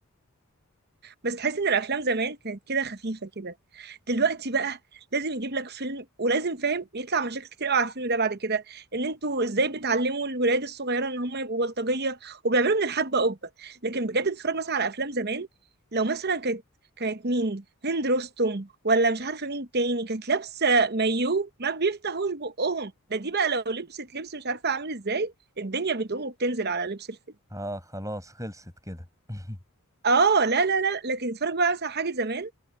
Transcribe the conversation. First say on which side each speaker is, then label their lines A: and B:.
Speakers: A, on the right (about 50°); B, on the right (about 15°).
A: بس تحس ان الافلام زمان كانت كده خفيفه كده دلوقتي بقى لازم يجيب لك فيلم ولازم فاهم يطلع مشاكل كتير قوي على الفيلم ده بعد كده ان انتوا ازاي بتعلموا الولاد الصغيره ان هم يبقوا بلطجيه وبيعملوا من الحبه قبه لكن بجد تتفرج مثلا على افلام زمان لو مثلا كانت كانت مين هند رستم ولا مش عارفه مين تاني كانت لابسه مايو ما بيفتحوش بقهم ده دي بقى لو لبست لبس مش عارفه عامل ازاي الدنيا بتقوم وبتنزل على لبس الفيلم
B: اه خلاص خلصت كده <laughs>
A: اه لا لا لا لكن تتفرج بقى مثلا على حاجه زمان